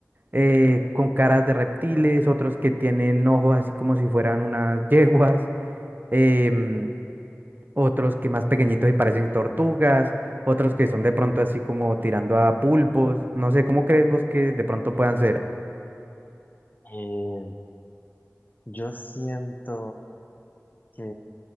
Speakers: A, on the right; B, on the left.
A: eh, con caras de reptiles, otros que tienen ojos así como si fueran unas yeguas, em, otros que más pequeñitos y parecen tortugas, otros que son de pronto así como tirando a pulpos, no sé, ¿cómo crees vos que de pronto puedan ser?
B: Eh, yo siento que